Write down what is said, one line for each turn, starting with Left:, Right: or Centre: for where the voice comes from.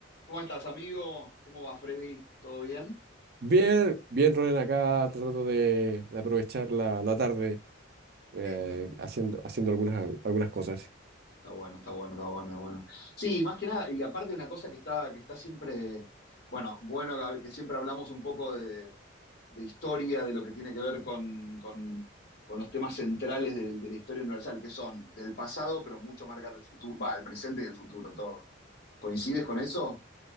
Left: ¿Cómo estás, amigo? ¿Cómo va, Freddy? ¿Todo bien?
Right: Bien, bien, Ronen, acá tratando de, de aprovechar la, la tarde
Left: Qué
Right: eh,
Left: lindo.
Right: haciendo, haciendo algunas, algunas cosas.
Left: Está bueno, está bueno, está bueno, está bueno. Sí, más que nada, y aparte una cosa que está, que está siempre, bueno, bueno, Gaby, que siempre hablamos un poco de, de historia, de lo que tiene que ver con, con- con los temas centrales del- de, la historia universal, que son del pasado, pero mucho marcan el futuro, va, el presente y el futuro, todo. ¿Coincides con eso?